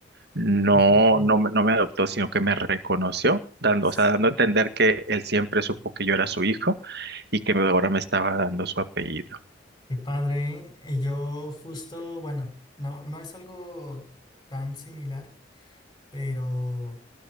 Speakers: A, on the right; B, on the left.
A: No,
B: fíjate.
A: no, me- no me adoptó, sino que me reconoció, dando,
B: S-
A: o sea, dando a entender que él siempre supo que yo era su hijo y que ahora me estaba dando su apellido.
B: Qué padre, ¿eh? Y Yo justo, bueno, no, no es algo tan similar, pero...